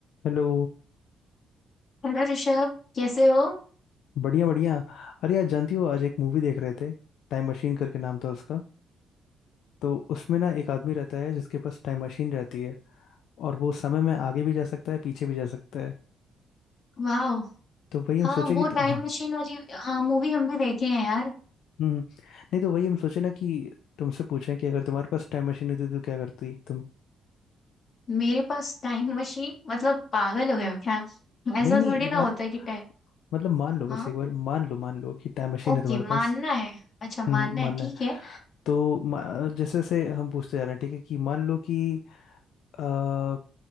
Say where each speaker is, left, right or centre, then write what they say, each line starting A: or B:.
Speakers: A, on the left; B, on the left.
A: Hello
B: Hello Rishabh कैसे हो
A: बढ़िया बढ़िया अरे यार जानती हो आज एक मूवी देख रहे थे टाइम मशीन करके नाम था उसका तो उसमें ना एक आदमी रहता है जिसके पास टाइम मशीन रहती है और वो समय में आगे भी जा सकता है पीछे भी जा सकता है
B: वाह
A: तो वही हम
B: हाँ
A: सोचे
B: वो
A: कि तु...
B: टाइम
A: हाँ,
B: मशीन वाली हाँ मूवी हम भी देखे हैं यार
A: हम्म हम्म। नहीं तो वही हम सोचे ना कि तुमसे पूछें कि अगर तुम्हारे पास टाइम मशीन होती तो क्या करती तुम
B: मेरे पास टाइम मशीन मतलब पागल हो गए हो क्या ऐसा
A: नहीं नहीं
B: थोड़ी ना होता
A: अरे
B: है कि टाइम
A: मतलब मान लो
B: हाँ
A: बस एक बार मान लो मान लो कि टाइम मशीन
B: ओके
A: है तुम्हारे
B: मानना
A: पास
B: है अच्छा मानना
A: हम्म
B: है
A: मानना
B: ठीक
A: है
B: है
A: तो मा- जैसे जैसे हम पूछते जा रहे हैं ठीक है कि मान लो कि अ,